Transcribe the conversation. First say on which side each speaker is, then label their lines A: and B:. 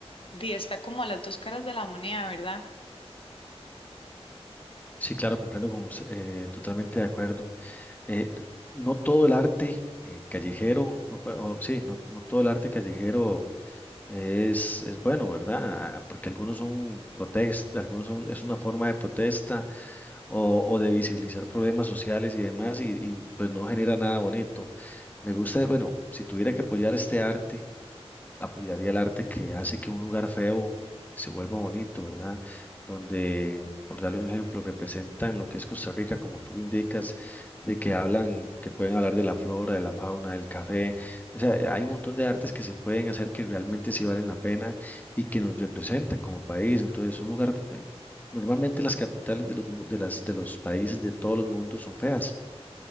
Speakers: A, on the left; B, on the left.
A: di, está como las dos caras de la moneda, ¿verdad?
B: Sí, claro, comprendo con usted, eh, totalmente de acuerdo. Eh, no todo el arte eh, callejero, o, pe- o sí, no, no todo el arte callejero es, es bueno, ¿verdad? Ah, Porque algunos son protestas, algunos son, es una forma de protesta o, o de visibilizar problemas sociales y demás, y, y, pues no genera nada bonito. Me gusta, bueno, si tuviera que apoyar este arte, apoyaría el arte que hace que un lugar feo eh, se vuelva bonito, ¿verdad? Donde, por darle un ejemplo, representan lo que es Costa Rica, como tú lo indicas, de que hablan, que pueden hablar de la flora, de la fauna, del café. O sea, eh, hay un montón de artes que se pueden hacer que realmente sí valen la pena y que nos representan como país. Entonces, un lugar, eh, normalmente las capitales de los, mu- de las, de los países de todos los mundos son feas.